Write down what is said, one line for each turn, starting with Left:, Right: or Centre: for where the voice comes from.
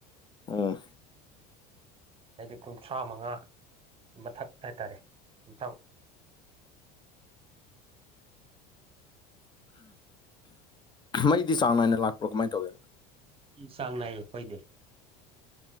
Left: ꯑꯣ
Right: ꯍꯥꯏꯗꯤ ꯀꯨꯟꯊ꯭ꯔꯥ ꯃꯉꯥ ꯃꯊꯛ ꯍꯥꯏꯇꯥꯔꯦ ꯀꯨꯟꯊ꯭ꯔꯥ
Left: ꯃꯩꯗꯤ ꯆꯥꯡ ꯅꯥꯏꯅ ꯂꯥꯛꯄ꯭ꯔꯣ ꯀꯃꯥꯏꯅ ꯇꯧꯋꯦꯅ
Right: ꯎꯝ ꯆꯥꯡꯅꯥꯏꯌꯦ ꯄꯩꯗꯦ